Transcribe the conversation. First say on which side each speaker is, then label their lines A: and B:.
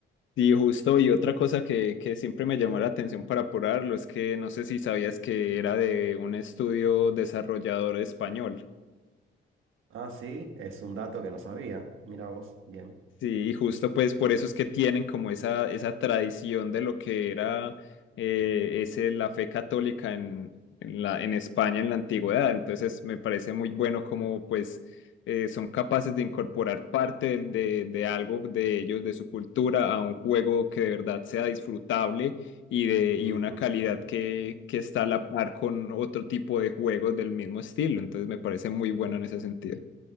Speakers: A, on the left; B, on the right.
A: Sí, justo, y otra cosa que, que siempre me llamó la atención para apurarlo es que no sé si sabías que era de un estudio desarrollador español.
B: Ah, sí, es un dato que no sabía. Mira vos, bien.
A: Sí, y justo pues por eso es que tienen como esa, esa tradición de lo que era eh, ese, la fe católica en, en la, en España en la antigüedad. Entonces me parece muy bueno como pues eh, son capaces de incorporar parte del- de, de algo de ellos, de su cultura, a un juego que de verdad sea disfrutable y, de, y
B: Ujú.
A: una calidad que, que está a la par con otro tipo de juegos del mismo estilo. Entonces me parece muy bueno en ese sentido.